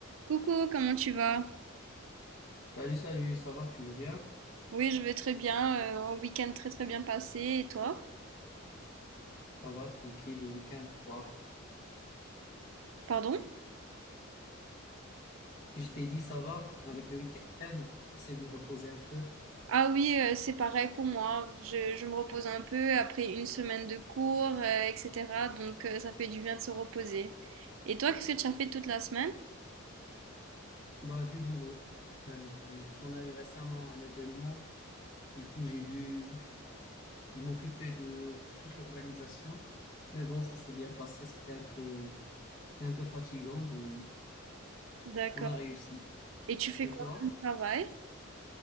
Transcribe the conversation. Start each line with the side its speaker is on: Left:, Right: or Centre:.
Right: Coucou, comment tu vas?
Left: Salut, salut, ça va, tu vas bien?
Right: Oui, je vais très bien. euh, un week-end très très bien passé. Et toi?
Left: Ça va, tranquille, le week-end, quoi.
Right: Pardon?
Left: Je t'ai dit, ça va, avec le week-end, j'essaie de me reposer un peu.
Right: Ah oui, euh, c'est pareil pour moi. Je, je me repose un peu après une semaine de cours, euh, etc. Donc euh, ça fait du bien de se reposer. Et toi, qu'est-ce que tu as fait toute la semaine?
Left: Bah, du boulot. Euh, euh, on a eu récemment un événement, du coup, j'ai dû dû m'occuper de toute l'organisation. Mais bon, ça s'est bien passé, c'était un peu, c'était un peu fatigant, mais
Right: D'accord.
Left: on a réussi.
Right: Et tu fais
Left: Et
Right: quoi
Left: toi?
Right: comme travail?